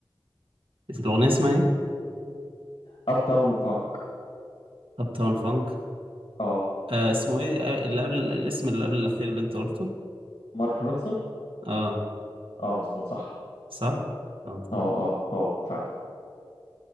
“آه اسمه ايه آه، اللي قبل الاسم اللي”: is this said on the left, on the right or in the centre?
Right